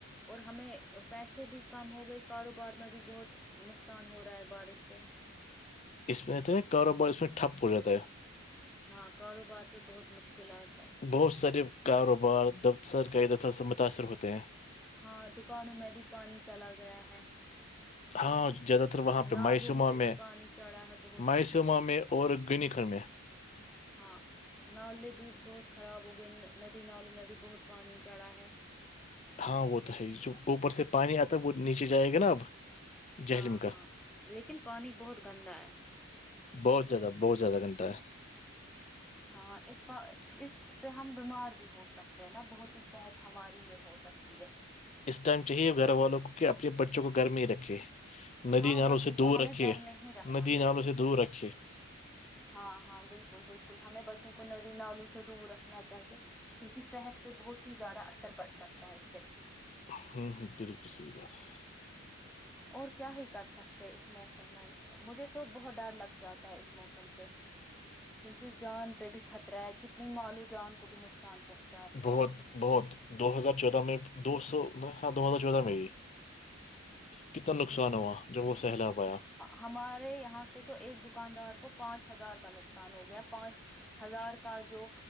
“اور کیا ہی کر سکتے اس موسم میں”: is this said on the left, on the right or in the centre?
Centre